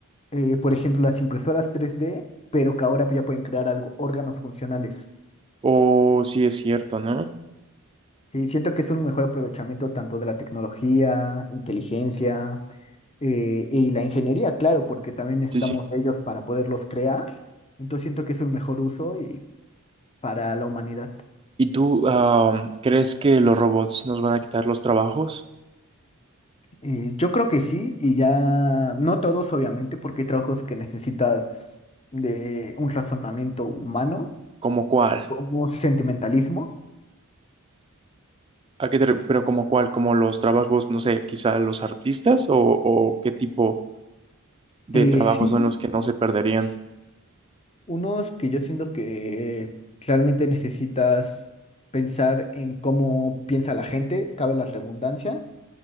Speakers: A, on the left; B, on the right.
A: Eh, por ejemplo, las impresoras 3D, pero que ahora ya pueden crear algo, órganos funcionales.
B: O sí es cierto, ¿no?
A: Sí, siento que es un mejor aprovechamiento tanto de la tecnología, inteligencia eh, y la ingeniería, claro, porque también necesitamos
B: Sí, sí.
A: de ellos para poderlos crear. Entonces siento que es un mejor uso y para la humanidad.
B: ¿Y tú ah, crees que los robots nos van a quitar los trabajos?
A: Eh, yo creo que sí, y ya, no todos obviamente, porque hay trabajos que necesitas de un razonamiento humano,
B: ¿Como cuál?
A: como sentimentalismo.
B: ¿A qué te ref- pero como cuál? ¿Como los trabajos, no sé, quizá los artistas o, o qué tipo de
A: Eh,
B: trabajos
A: sí,
B: son los que no se perderían?
A: unos que yo siento que realmente necesitas pensar en cómo piensa la gente, cabe la redundancia,